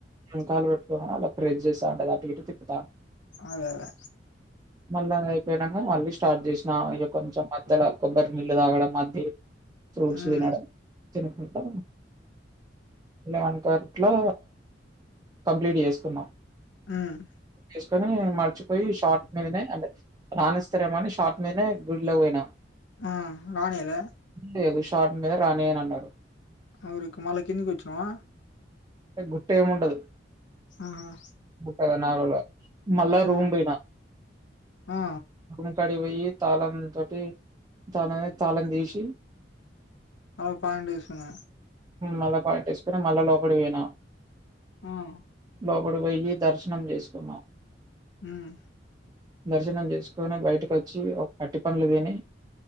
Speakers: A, on the right (about 20°); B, on the left (about 90°).
A: ఇంకాలు పెట్టుకొని అలా ఫ్రెష్ చేస్తా ఉంటది అటు ఇటు తిప్.
B: అదే అదే
A: మళ్ళా అదీ అయిపోయినాక మళ్ళీ స్టార్ట్ చేసిన ఇగ కొంచెం. మధ్యల కొబ్బరి నీళ్ళు తాగడం. మధ్యే ఫ్రూట్స్
B: ఉమ్
A: తినడం. తినకుంటా మేమంతా అట్లా కంప్లీట్ చేసుకున్నాం.
B: ఉమ్
A: కాని మర్చిపోయి షార్ట్ మీదనే అంటే రాణిస్తారేమోఅని షార్ట్ మీదనే గుడిలోకి పోయినా.
B: ఆహ్ రానియద.
A: లేదు షార్ట్ మీద రానియనన్నారు.
B: అరుక్కు మళ కిందికి వచ్చినవా.
A: గుట్టేముండదు
B: ఆహా
A: గుట్ట నార్మల్గా. మల్ల రూమ్
B: ఉమ్
A: పోయినా.
B: ఆ
A: అక్కడికి పోయి తాళంతోటి తాళమెది తాళం తీసి.
B: ఒక పాయింట్ తీసుకున్న.
A: మళ్ళ ప్యాంటేసుకున్నా మళ్ళా లోపడికి పోయినా.
B: ఆహ్.
A: లోపడికి పోయ్యి దర్శనం చేసుకున్నా.
B: ఉమ్.
A: దర్శనం చేసుకొని బయటకు వచ్చి ఒక అట్టిపనులు తిని.